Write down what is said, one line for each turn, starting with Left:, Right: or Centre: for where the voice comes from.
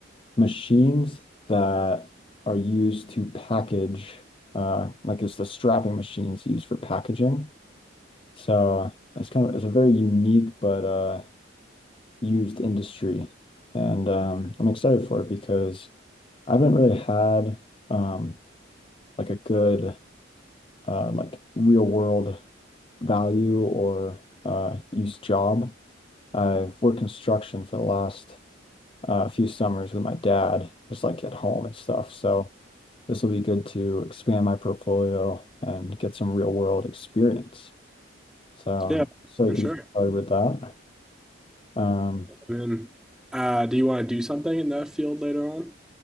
Left: machines that are used to package, uh, like it's the strapping machines used for packaging. So it's kind of it's a very unique but uh, used industry, and um, I'm excited for it because I haven't really had um, like a good uh, like real world value or uh, use job. I've worked construction for the last uh, few summers with my dad, just like at home and stuff. So. this will be good to expand my portfolio and get some real world experience. So,
Centre: Yeah,
Left: so
Centre: for
Left: to
Centre: sure.
Left: get started with that, um,
Centre: And uh, do you want to do something in that field later on?